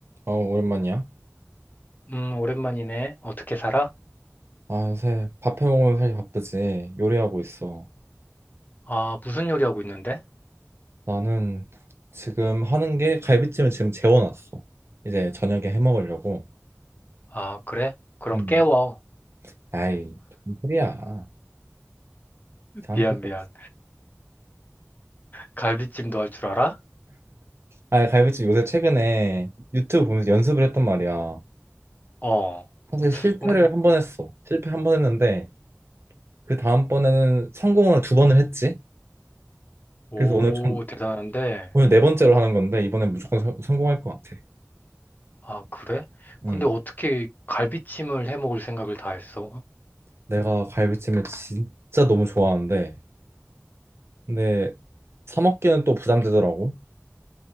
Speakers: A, on the right; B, on the left.
A: 어, 오랜만이야.
B: 음, 오랜만이네. 어떻게 살아?
A: 아, 요새 밥해 먹으면 살기 바쁘지. 요리하고 있어.
B: 아, 무슨 요리 하고 있는데?
A: 나는 지금 하는 게 갈비찜을 지금 재워놨어. 이제 저녁에 해 먹으려고.
B: 아, 그래? 그럼
A: 음.
B: 깨워.
A: 아이, 무슨 소리야. 자연스럽게.
B: 미안, 미안. 갈비찜도 할 줄 알아?
A: 아, 갈비찜 요새 최근에 유튜브 보면서 연습을 했단 말이야.
B: 어.
A: 사실 실패를
B: 응?
A: 한 번 했어. 실패 한 번 했는데 그 다음번에는 성공을 두 번을 했지.
B: 오,
A: 그래서 오늘 총,
B: 대단한데.
A: 오늘 네 번째로 하는 건데 이번엔 무조건 성- 성공할 것 같아.
B: 아, 그래?
A: 음.
B: 근데 어떻게 갈비찜을 해 먹을 생각을 다 했어?
A: 내가 갈비찜을 진짜 너무 좋아하는데 근데 사 먹기는 또 부담되더라고.